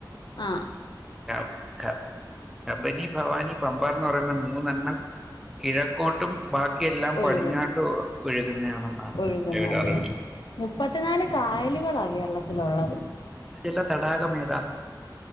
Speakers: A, on the left; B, in the centre.
A: ആ
B: <inaudible> കബനി ഫവാനി പമ്പാർ റയുന്ന മൂന്നെണ്ണം കിഴക്കോട്ടും ബാക്കിയെല്ലാം
A: ഒഴുക്
B: പടിഞ്ഞാട്ടും ഒഴുകുന്നതാണെന്നാണ്
A: ഒഴുകുന്നല്ലേ
B: എൻ്റെ ഒരറിവില്
A: മുപ്പത്തിനാല് കായലുകളാ കേരളത്തി ത്തിലുള്ളത്
B: ശുദ്ധജല തടാകമേ